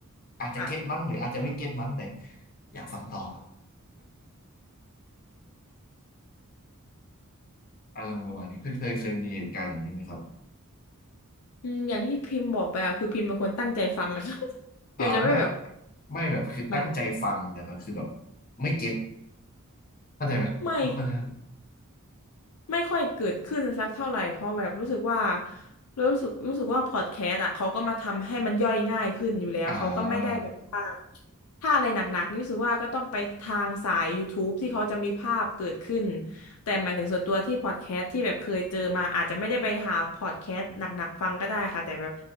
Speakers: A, on the left; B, on the left.
A: อาจจะเก็ตมั้งหรืออาจจะไม่เก็ตมั้งแต่
B: ค่ะ
A: อยากฟังต่อ <laughs> อารมณ์ประมาณนี้เคยเคยเคยมีเหตุการณ์อย่างนี้ไหมครับ
B: อืมอย่างที่พิมพ์บอกไปอะคือพิมพ์เป็นคนตั้งใจฟังอะ <laughs> ค่ะ <laughs>
A: อ่าไม่
B: พิมพ์จะไม่แบบ
A: ไม่แบบคือตั้งใจฟังแต่แบบคือแบบ
B: ไม่
A: ไม่เก็ตเข้าใจไหมเข้าใจ
B: ไม่ ไม่ค่อยเกิดขึ้นสักเท่าไหร่เพราะแบบรู้สึกว่ารู้สึกรู้สึกว่าพอดแคสต์อ่ะเขาก็มาทำให้มันย่อยง่ายขึ้นอยู่แล้วเขาก็ไม่ได้แบบว่า
A: อ่า
B: ถ้าอะไรหนักๆนี่รู้สึกว่าก็ต้องไปทางสายย o u t u b e ที่เขาจะมีภาพเกิดขึ้นแต่หมายถึงส่วนตัวที่พอดแคสต์ที่แบบเคยเจอมาอาจจะไม่ได้ไปหาพอดแคสต์หนักๆฟังก็ได้ค่ะแต่แบบ